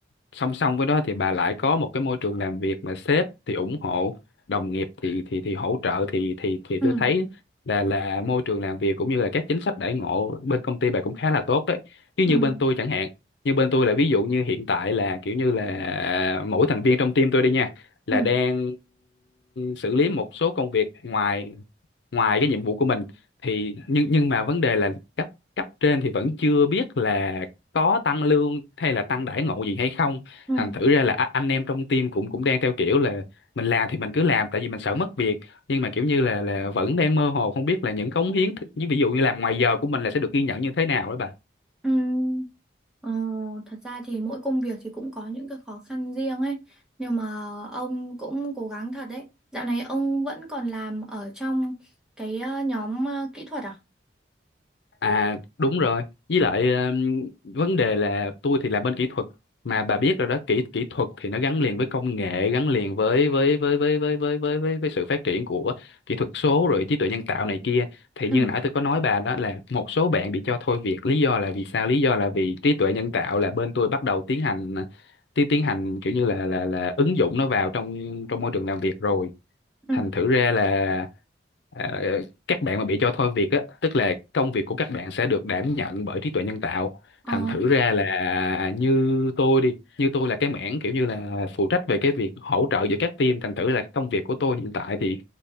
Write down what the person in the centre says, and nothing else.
Ừ.
Ừ.
Ừ.
Ừ.
Ừm, ờ, thật ra thì mỗi công việc thì cũng có những cái khó khăn riêng ấy nhưng mà ông cũng cố gắng thật đấy dạo này ông vẫn còn làm ở trong cái ờ, nhóm ờ, kỹ thuật à
ừ
ừ
ờ